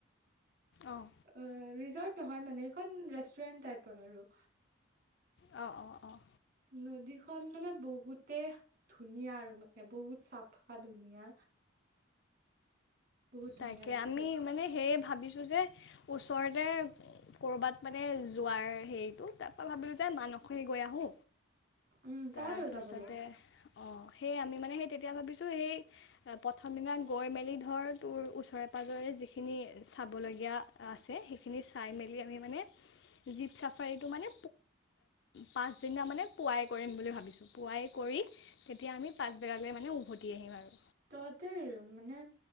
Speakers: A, on the left; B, on the right.
A: অঁ
B: অঁ ৰিজৰ্ট নহয় মানে এইখন ৰেষ্টুৰেন্ট টাইপৰ আৰু
A: অঁ অঁ অঁ
B: নদীখন মানে বহুতে ধুনীয়া আৰু মানে বহুত চাফা ধুনীয়া বহুত ধুনীয়া
A: তাকে
B: দৃশ্য
A: আমি মানে সেয়ে ভাবিছো যে ওচৰতে কৰ'বাত মানে যোৱাৰ হেৰিটো তাৰ পৰা ভাবিলো যে মানুহ খিনি গৈ আহো
B: উম
A: তাৰপিছতে
B: পাৰ হৈ যাবলৈ
A: অ সেই আমি মানে সেই তেতিয়া ভাবিছো সেই প্ৰথম দিনা গৈ মেলি ধৰ তোৰ ওচৰে পাজৰে যিখিনি চাবলগীয়া আছে সেইখিনি চাই মেলি আমি মানে জীপ চাফাৰীটো মানে পাছদিনা মানে পুৱাই কৰিম বুলি ভাবিছোঁ। পুৱাই কৰি তেতিয়া আমি পাছবেলালৈ মানে উভতি আহিম আৰু
B: তহতে মানে